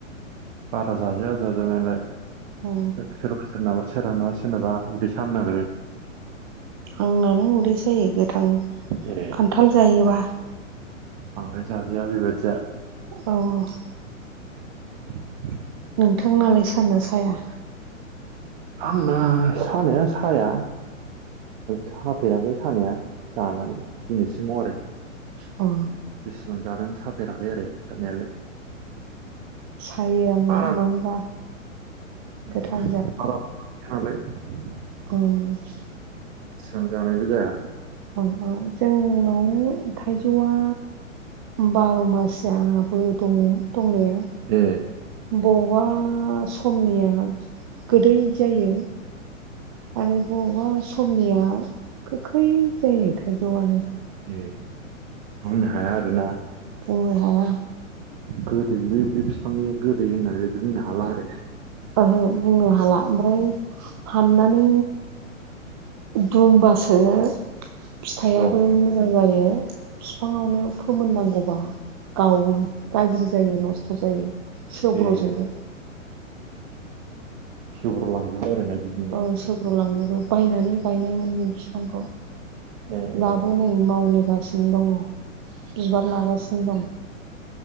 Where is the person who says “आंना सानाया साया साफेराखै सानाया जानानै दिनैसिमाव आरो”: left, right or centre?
Right